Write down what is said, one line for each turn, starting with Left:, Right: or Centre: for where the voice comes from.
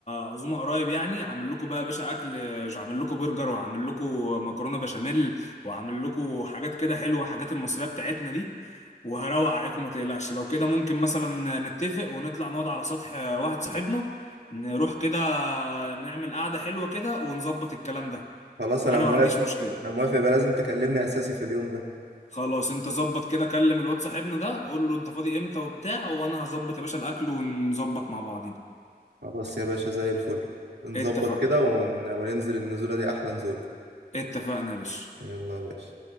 Left: عزومه قريب يعني عامل لكم بقى يا باشا اكل عامل لكم برجر وعامل لكم مكرونه بشاميل وعامل لكم حاجات كده حلوه حاجات المصريه بتاعتنا دي وهروق عليكم ما تقلقش لو كده ممكن مثلا نتفق ونطلع نقعد على سطح واحد صاحبنا نروح كده نعمل قعده حلوه كده ونظبط الكلام ده
Right: خلاص أنا
Left: انا
Right: موافق
Left: ما عنديش مشكله
Right: أنا موافق يبقى لازم تكلمني أساسي في اليوم ده
Left: خلاص انت ظبط كده كلم الواد صاحبنا ده قول له انت فاضي امتى وبتاع وانا هظبط يا باشا الاكل ونظبط مع بعضين
Right: خلاص يا باشا زي الفل نظبط
Left: اتفقنا
Right: كده ون... وننزل النزولة دي أحلى نزولة
Left: اتفقنا يا باشا
Right: يلا يا باشا